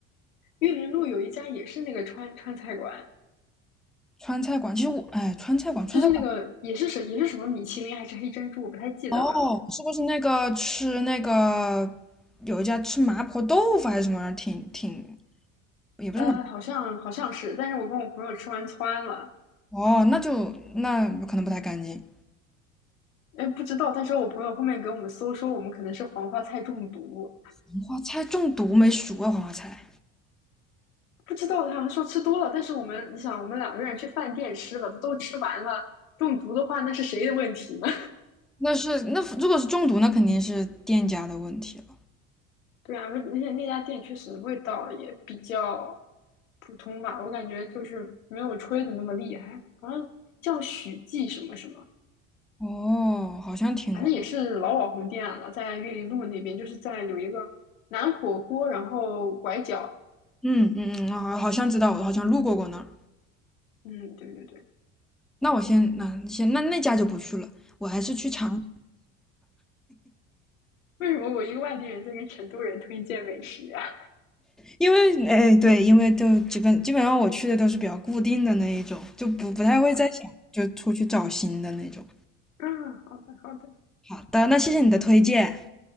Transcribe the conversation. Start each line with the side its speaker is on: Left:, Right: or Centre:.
Left: 玉林路有一家也是那个川川菜馆，
Centre: 川菜馆，其实我哎，川菜馆，川菜馆，
Left: 就是那个也是什也是什么米其林还是黑珍珠，我不太记得了，
Centre: 哦，是不是那个吃那个有一家吃麻婆豆腐还是什么玩意儿挺挺也不是麻，
Left: 呃，好像好像是，但是我跟我朋友吃完窜了，
Centre: 哦，那就那可能不太干净。
Left: 哎，不知道，但是我朋友后面给我们搜说我们可能是黄花菜中毒，
Centre: 黄花菜中毒没熟啊，黄花菜。
Left: 不知道他好像说吃多了，但是我们你想我们两个人去饭店吃吧，都吃完了，中毒的话那是谁的问题呢？
Centre: 那是那如果是中毒，那肯定是店家的问题了。
Left: 对啊，而且那家店确实味道也比较普通吧，我感觉就是没有吹的那么厉害，好像叫许记什么什么，
Centre: 哦，好像听过，
Left: 反正也是老网红店了，在玉林路那边，就是在有一个南火锅，然后拐角，
Centre: 嗯嗯嗯，啊，好像知道，我好像路过过那儿。
Left: 嗯，对对对，
Centre: 那我先，那先那那家就不去了，我还是去尝，
Left: 为什么我一个外地人在跟成都人推荐美食呀、
Centre: 因为哎对，因为就基本基本上我去的都是比较固定的那一种，就不不太会再想就出去找新的那种。
Left: <laughs> 啊？啊啊，好的好的，
Centre: 好的，那谢谢你的推荐。